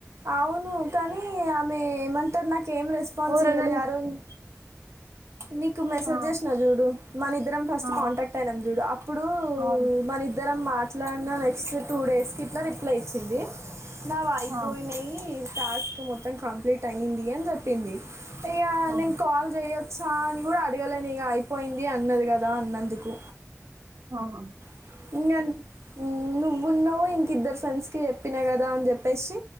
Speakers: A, on the right (about 65°); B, on the right (about 80°).
A: అవును కానీ ఆమె ఏమంటారు నాక ఏం రెస్పాన్స్
B: ఎవరన్నా
A: ఇయ్యలే ఆరోజు నీకు మెసేజ్
B: ఆ
A: చేసిన చూడు మన ఇద్దరం ఫస్ట్
B: ఆ
A: కాంటాక్ట్ అయినాం చూడు అప్పుడు
B: అవును
A: మన ఇద్దరం మా ఇట్లాన్న నెక్స్ట్ టూ డేస్కి ఇట్లా రిప్లై ఇచ్చింది నా అయిపోయినాయి
B: ఆ
A: టాస్క్ మొత్తం కంప్లీట్ అయ్యింది అని చెప్పింది ఈయ్యా
B: ఆ
A: నేను కాల్ చేయచ్చ చ న కూడా అడగలేనిక అయిపోయింది అన్నది కదా అన్నందుకు
B: ఆహా
A: <unintelligible> ముందు ఇంక ఇద్దరు ఫ్రెండ్స్కి చెప్పినా కదా అని చెప్పేసి